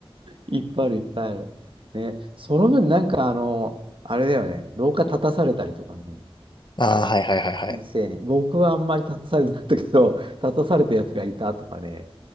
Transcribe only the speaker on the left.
ああ、はいはいはいはい。